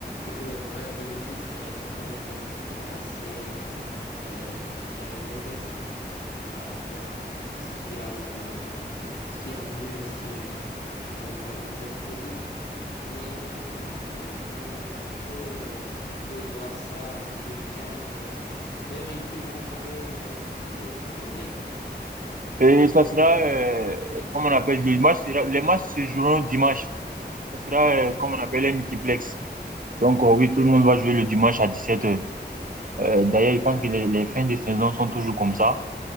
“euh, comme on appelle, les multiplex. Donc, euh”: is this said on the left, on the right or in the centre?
Right